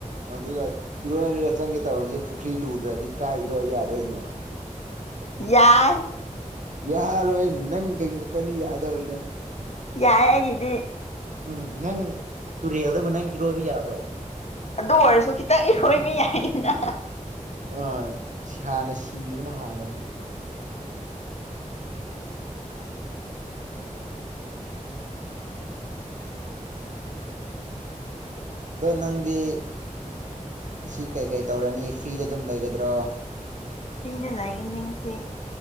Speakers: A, on the right; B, on the left.
A: ꯑꯗꯨꯒ ꯏꯔꯣꯏꯔꯒ ꯆꯪꯒꯦ ꯇꯧꯕꯔꯁꯨ ꯄꯨꯈ꯭ꯔꯤ ꯂꯨꯗ꯭ꯔꯗꯤ ꯀꯥꯏ ꯏꯔꯣꯏ ꯌꯥꯗꯣꯏꯅꯣ
B: ꯌꯥꯏ
A: ꯌꯥꯔꯣꯏ ꯅꯪ ꯀꯩ ꯈꯛꯇꯅꯤ ꯌꯥꯗꯧꯔꯤꯗ
B: ꯌꯥꯏ ꯑꯩꯒꯤꯗꯤ
A: ꯎꯝ ꯅꯪ ꯇꯨꯔꯦꯜꯗꯕꯨ ꯅꯪ ꯏꯔꯣꯏꯕ ꯌꯥꯕ꯭ꯔꯣ
B: ꯑꯗꯨ ꯑꯣꯏꯔꯁꯨ ꯈꯤꯇꯪ ꯏꯔꯣꯏꯕ ꯌꯥꯏꯅꯤꯅ
A: ꯑ ꯍꯥꯟꯅ ꯁꯤꯈꯤꯕꯅ ꯍꯥꯜꯂꯅꯤ ꯑꯗꯣ ꯅꯪꯗꯤ ꯁꯤ ꯀꯩ ꯀꯩ ꯇꯧꯔꯅꯤ ꯐ꯭ꯔꯤꯗ ꯑꯗꯨꯝ ꯂꯩꯒꯗ꯭ꯔꯣ
B: ꯐ꯭ꯔꯤꯗ ꯂꯩꯒꯅꯤ ꯉꯥꯁꯤ